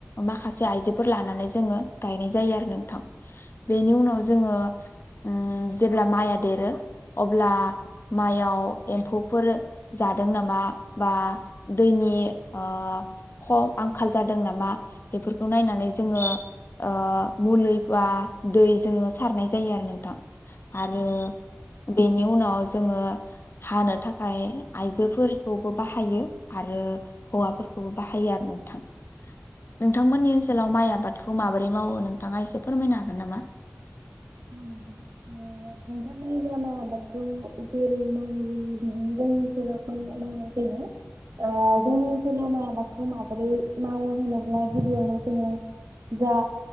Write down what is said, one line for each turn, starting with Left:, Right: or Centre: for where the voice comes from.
Left: माखासे आइजोफोर लानानै जोङो गायनाय जायो आरो नोंथां बेनि उनाव जोङो उम जेब्ला माइआ देरो अब्ला माइयाव एम्फौफोर जादों नामा बा दैनि ओ ख आंखाल जादों नामा बेफोरखौ नायनानै जोङो ओ मुलि बा दै जोङो सारनाय जायो आरो नोंथां
Right: नोंथां?
Left: आरो बेनि उनाव जोङो हानो थाखाय आयजोफोरखौबो बाहायो आरो हौवाफोरखौबो बाहायो आरो नोंथां नोंथांमोननि ओनसोलाव माइ आबाद खौ माबोरै मावो नोंथाङा एसे फोरमायनो हागोन नामा
Right: <unintelligible> मावनाय जायो बेायनो जोंनि ओनसोलाव मावनाय जायो जोंनि ओनसोलाव माइ आबादखौ माबोरै मावो होनोब्ला गिबियावनो जोङो जा